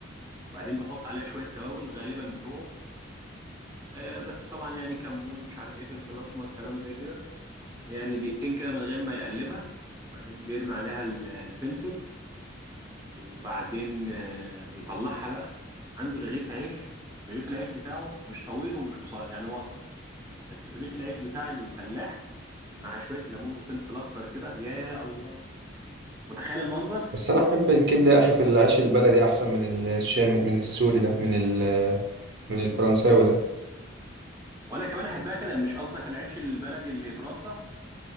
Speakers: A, on the right; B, on the right.
A: وبعدين بيحط عليها شويه توابل غالبا بتوعه آه، بس طبعا يعني كمون مش عارف ايه فلفل اسمر كلام زي كده يعني دقيقتين كده من غير ما يقلبها وبعدين بيرمي عليها ال- الفلفل وبعدين آه، بيطلعها بقى عنده رغيف عيش رغيف العيش بتاعه مش طويل ومش قصير يعني وسط بس رغيف العيش بتاع الفلاح مع شويه ليمون وفلفل اخضر كده يا الله متخيل المنظر
B: بس انا احب الكبده يا اخي في العيش البلدي احسن من الشام من السوري ده من ال من الفرنساوي ده
A: وانا كمان احبها كده مش قصدك العيش البلدي اللي برده